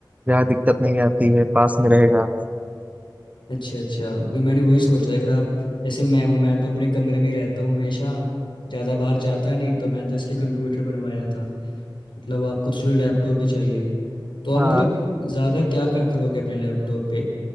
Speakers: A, on the right; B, on the left.
A: जहाँ दिक्कत नहीं आती है पास में रहेगा
B: अच्छा अच्छा भी मैंने वही सोचा अगर आप जैसे मैं हूँ मैं तो अपने कमरे में ही रहता हूँ हमेशा ज़्यादा बाहर जाता नहीं तो मैंने तो इसलिए कंप्यूटर बनवाया था मतलब आपको तो चलो लैपटॉप ही चाहिए तो आप
A: हाँ
B: मतलब ज़्यादा क्या कर, करोगे अपने लैपटॉप पे